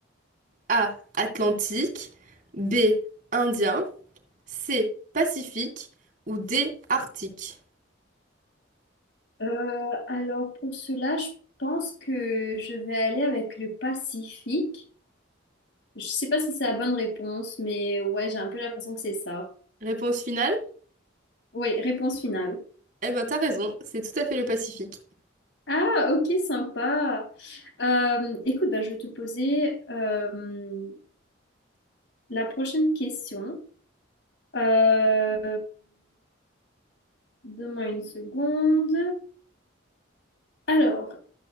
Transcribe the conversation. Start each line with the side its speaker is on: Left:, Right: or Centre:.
Right: A. Atlantique, B. Indien, C. Pacifique ou D. Arctique.
Left: Euh, alors pour cela, je pense que je vais aller avec le Pacifique. Je sais pas si c'est la bonne réponse, mais ouais, j'ai un peu l'impression que c'est ça.
Right: Réponse finale?
Left: Oui, réponse finale.
Right: Eh ben, t'as raison, c'est tout à fait le Pacifique.
Left: Ah, ok, sympa. Euh, écoute, bah, je vais te poser euh, la prochaine question. Euh, donne-moi une seconde. Alors,